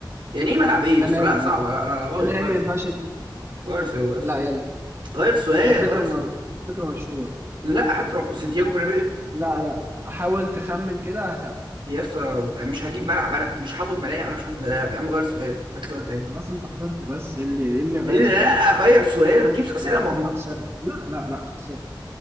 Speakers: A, on the right; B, on the right.
A: يعني ايه ملعب ايه يا
B: ده
A: اسطى
B: نهائي
A: لا
B: ما
A: صعبة
B: ينفعش
A: لا لا لا غير
B: ده نهائي
A: غير
B: ما
A: سؤال
B: ينفعش
A: غير سؤال غير
B: لا
A: سؤال
B: يلا
A: غير سؤال
B: على فكرة
A: غير
B: م...
A: سؤال
B: على فكرة مشهور
A: لا حتى لو سانتياغو برنابيو
B: لا لا حاول تخمن كده هتعرف
A: يا اسطى مش هجيب ملعب انا مش حافظ ملاعب انا مش حافظ ملاعب يا عم غير سؤال هات سؤال تاني
B: خلاص انت خسرت بس إيه اللي إيه اللي غير
A: قال لي لا
B: السؤال
A: غير سؤال ما تجيبش اسئله
B: لا انت
A: م... م...
B: خسرت لا لا لا خسرت